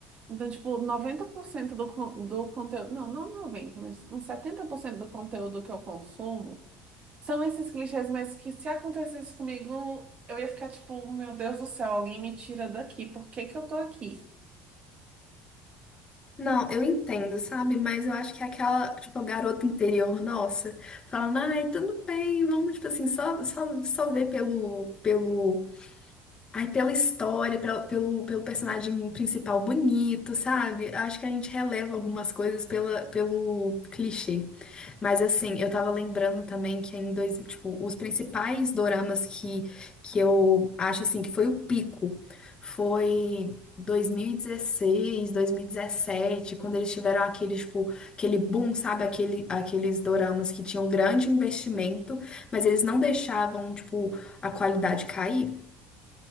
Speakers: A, on the right (about 35°); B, on the left (about 25°).
A: Então, tipo, 90% do, con- do conteúdo. Não, não 90, mas uns 70% do conteúdo que eu consumo são esses clichês, mas que se acontecesse comigo, eu ia ficar tipo, meu Deus do céu, alguém me tira daqui, por que que eu tô aqui?
B: Não, eu entendo, sabe? Mas eu acho que é aquela, tipo, a garota interior nossa, falando, ai, tudo bem, vamos, tipo assim, só, só, só ver pelo, pelo Aí pela história, pela- pelo, pelo personagem principal bonito, sabe? Acho que a gente releva algumas coisas pela, pelo clichê. Mas assim, eu tava lembrando também que em dois, tipo, os principais doramas que, que eu acho assim que foi o pico foi 2016, 2017, quando eles tiveram aquele, tipo, aquele boom, sabe? Aquele, aqueles doramas que tinham grande investimento, mas eles não deixavam, tipo, a qualidade cair.